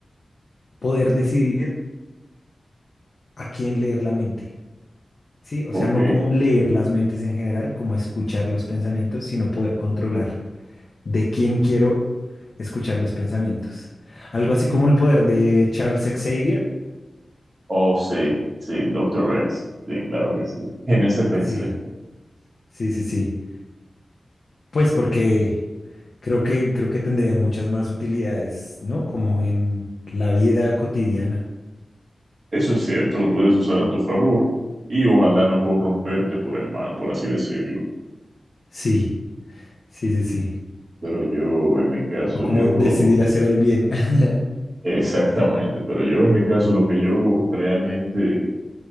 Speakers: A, on the left; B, on the right.
A: poder decidir a quién leer la mente, ¿sí? O
B: Ok.
A: sea, no como leer las mentes en general, como escuchar los pensamientos, sino poder controlar de quién quiero escuchar los pensamientos. Algo así como el poder de Charles Xavier.
B: Oh, sí, sí, Doctor X. Sí, claro que sí. En ese pensé.
A: Sí, sí, sí, sí. Pues porque creo que creo que tendría muchas más utilidades, ¿no? Como en la vida cotidiana.
B: Eso es cierto, lo puedes usar a tu favor y ojalá no corromperte por el mal, por así decirlo.
A: Sí, sí, sí, sí.
B: Pero yo, en mi caso,
A: O como
B: yo,
A: decidir hacer el bien. <laughs>
B: <laughs> exactamente, pero yo, en mi caso, lo que yo realmente